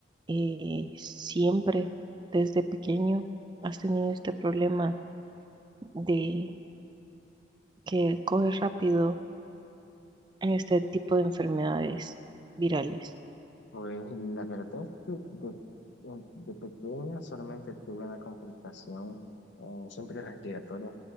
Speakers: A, on the right; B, on the left.
A: eh, siempre desde pequeño. Has tenido este problema de que coges rápido en este tipo de enfermedades virales.
B: Pues la verdad es que de, de pequeña solamente tuve una complicación eh, siempre respiratoria.